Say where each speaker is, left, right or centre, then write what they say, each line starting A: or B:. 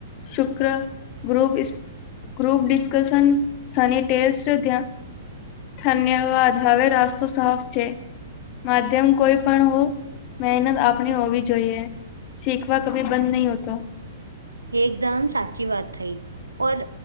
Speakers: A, on the left (about 40°); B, on the right (about 85°).
A: શુક્ર ગ્રુપ ઇસ ગ્રુપ ડિસ્કશન શની ટેસ્ટ ત્યાં ધન્યવાદ હવે રાસ્તો સાફ છે માધ્યમ કોઈ પણ હો મહેનત આપણે હોવી જોઈએ શીખવા કભી બંધ નહીં હોતો.
B: એકદમ સાચી વાત થઈ ઓન